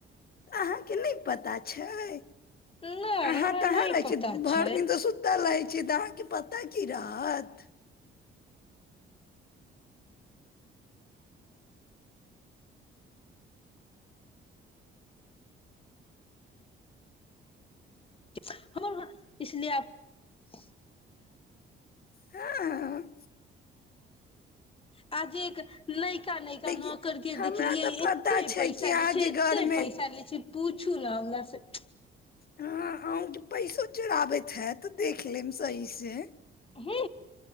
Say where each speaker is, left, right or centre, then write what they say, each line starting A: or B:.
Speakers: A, on the left; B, on the left.
A: अहां के नहि पता छय
B: नहि
A: अहां
B: हमरा नहि
A: कहां रहिये
B: पता
A: छए। भर
B: छै
A: दिन त सुतल रहिए छे। से त अहाँ के पता की रहत
B: <unintelligible>
A: हँ अ
B: आज एक नैयका नैयका नौकर
A: कि
B: के
A: हमरा
B: देखलीये।
A: तऽ पता
B: एते
A: छै
B: पैसा
A: कि अहाँके
B: लै छै एते
A: घरमे
B: पैसा लैछै पूछू ना हमरा से।
A: हाँ अंहूँ के पैसो चोरावैत हायत देखलेब सही से।
B: हूँ